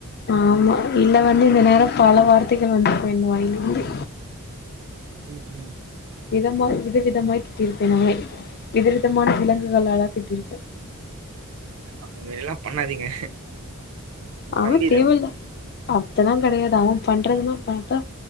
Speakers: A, on the left; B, on the right.
A: ஆமா இல்ல வந்து இந்த நேரோ பல வார்த்தைகள் வந்துருக்கு என் வாயில் இருந்து
B: ம் ம்
A: விதமாய் வித விதமாய் திட்டியிருப்பேன் நானே விதவிதமான விலங்குகளாலா திட்டிருப்பே
B: அந்த மேரில்லா பண்ணாதீங்க
A: அவன்
B: தம்பி
A: தேவல்ல
B: தான
A: அப்டில்லா கெடையாது அவன் பண்றதுல்லா பாத்தா